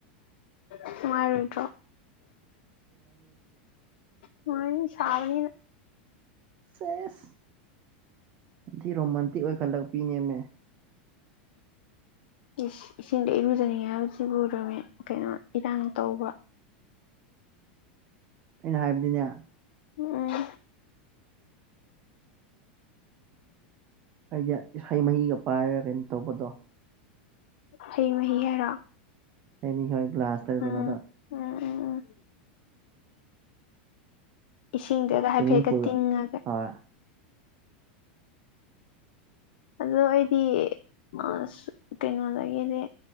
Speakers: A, on the left; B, on the right.
A: ꯅꯨꯉꯥꯏꯔꯣꯏꯗ꯭ꯔꯣ꯫ ꯅꯨꯉꯥꯏꯅꯤ ꯁꯕꯅꯤꯅ꯫
B: ꯁꯦꯁ꯫ ꯊꯤ ꯔꯣꯃꯥꯟꯇꯤꯛ ꯑꯣꯏꯈꯠꯂꯛꯄꯤꯅꯦꯃꯤ꯫
A: ꯏꯁ ꯏꯁꯤꯡꯗ ꯏꯔꯨꯖꯅꯤꯡꯉꯤ ꯍꯥꯏꯕꯁꯤꯕꯨ ꯔꯣꯃꯦꯟ ꯀꯩꯅꯣ ꯏꯔꯥꯡ ꯇꯧꯕ꯭ꯔꯣ?
B: ꯑꯩꯅ ꯍꯥꯏꯕꯗꯤꯅꯦ꯫
A: ꯎꯝ꯫
B: ꯍꯥꯏꯗꯤ ꯏꯁꯩ ꯃꯍꯤꯒ ꯄꯥꯏꯔꯒ ꯀꯩꯅꯣ ꯇꯧꯕꯗꯣ꯫
A: ꯍꯩ ꯃꯍꯤ ꯍꯥꯏꯔꯣ?
B: ꯍꯩ ꯃꯍꯤ ꯍꯣꯏ ꯒ꯭ꯂꯥꯁꯇꯒ
A: ꯎꯝ
B: ꯀꯩꯅꯣ ꯇꯧ꯫
A: ꯎꯝ ꯎꯝ ꯎꯝ꯫ ꯏꯁꯤꯡꯗꯨꯒ
B: ꯁ꯭ꯋꯤꯝꯃꯤꯡ
A: ꯍꯥꯏꯐꯦꯠꯀ
B: ꯄꯨꯜꯗ
A: ꯇꯤꯡꯉꯒ꯫
B: ꯍꯣꯏ
A: ꯑꯗꯣ ꯑꯩꯗꯤ ꯃꯁꯨ ꯀꯩꯅꯣꯗꯒꯤꯗꯤ꯫